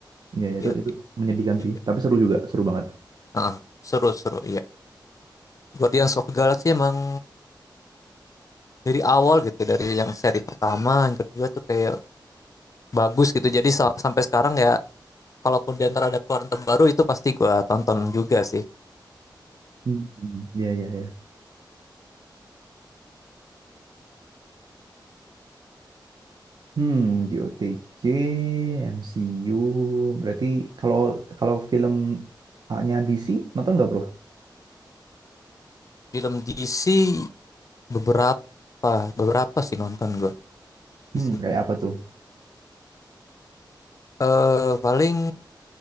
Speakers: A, on the right; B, on the left.
A: Iya iya, itu
B: iya
A: itu menyedihkan
B: iya.
A: sih tapi seru juga seru banget
B: Ah, seru seru iya Guardians of the Galaxy emang dari awal gitu dari yang seri pertama yang kedua tuh kayak bagus gitu jadi sa- sampai sekarang ya kalaupun di antara ada keluaran terbaru itu pasti gue tonton juga sih
A: Hmm, Iya iya iya hmm GOTG MCU berarti kalau kalau filmnya DC nonton nggak bro
B: film DC beberapa beberapa sih nonton gue DC
A: hmm kayak apa tuh
B: eh paling